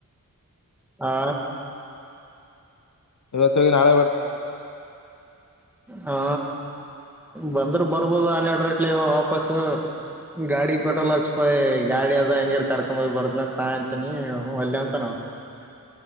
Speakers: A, in the centre; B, on the left (about 60°).
A: ಆ
B: ಇವತ್ತ ಹೋಗಿ ನಾಳೆ ಬರ್ತಾನಂತ
A: ಹಾ ಬಂದ್ರ ಬರ್ಬೋದು ಹನ್ನೆರಡು ರಟ್ಲಿ ವಾಪಸ್ ಗಾಡಿ ಪೆಟ್ರೋಲ್
B: ಹ್ಮ್
A: ಹಾಕ್ಷಪ ಗಾಡಿ ಅದ ಹೆಂಗಿರ್ ಕರ್ಕೊಂಡೋಗ್ ಬರ್ದ ನಾ ಅಂತೀನಿ ವಲ್ಯ ಅಂತನಾವ